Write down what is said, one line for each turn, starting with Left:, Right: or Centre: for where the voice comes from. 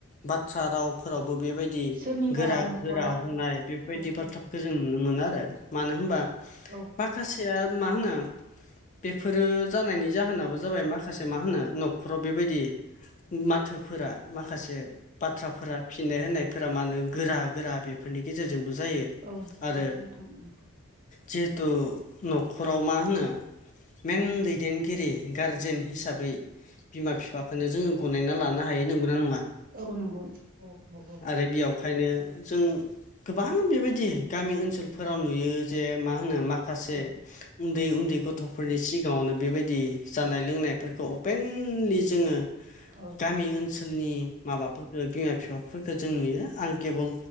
Left: बाथ्रा रावफोरावबो बेबायदि दि
Right: सोरनिबा
Left: गोरा
Right: न'खराव
Left: गोरा होननाय बेफोरबायदि
Right: औ
Left: बाथ्राफोरखौ
Right: औ
Left: जों नुनो मोनो आरो मानो होमबा
Right: औ
Left: माखासेया मा होनो बेफोरो जानायनि जाहोनाबो जाबाय माखासे मा होनो न'खराव बेबायदि माथोफोरा माखासे बाथ्राफोरा फिन्नाय होननायफोरा मा होनो गोरा गोरा बेफोरनि गेजेरजोंबो जायो
Right: औ
Left: आरो
Right: नंगौ नोंथां ओं
Left: जिहेथु न'खराव मा होनो मेन दैनगिरि गारजेन हिसाबै बिमा बिफाखौननो जोङो गनायना लानो हायो नंगौना नङा
Right: औ नंगौ औ औ औ
Left: आरो बेयावखायनो जों गोबां बेबायदि गामि ओनसोलफोराव नुयो जे मा होनो माखासे
Right: औ
Left: माखासे उन्दै उन्दै गथ'फोरनि सिगाङावनो बेबायदि जानाय लोंनायफोरखौ अपेनलि जोङो
Right: औ
Left: गामि ओन सोलनि माबाफोरफोरखौो बिमा बिफाफोरफोरखौजों नुयो आं केबोल